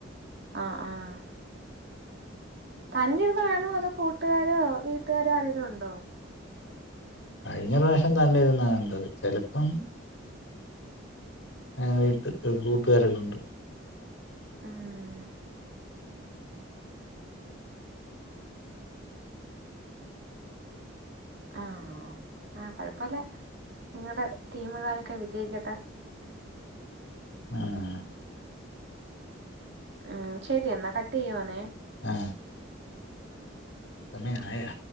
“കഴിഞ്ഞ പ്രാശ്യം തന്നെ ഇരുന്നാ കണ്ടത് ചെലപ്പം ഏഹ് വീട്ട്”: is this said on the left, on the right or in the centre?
Left